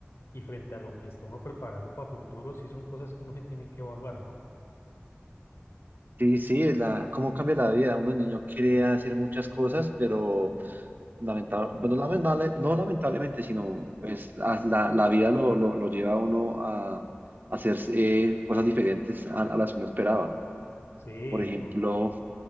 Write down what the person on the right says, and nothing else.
Sí, sí, la, cómo cambia la vida. Uno de niño quiere hacer muchas cosas, pero lamentable, bueno, lamentable, no lamentablemente, sino pues la, la- la vida lo, lo, lo lleva a uno a, hacer eh, cosas diferentes a, a las que uno esperaba.
Por ejemplo,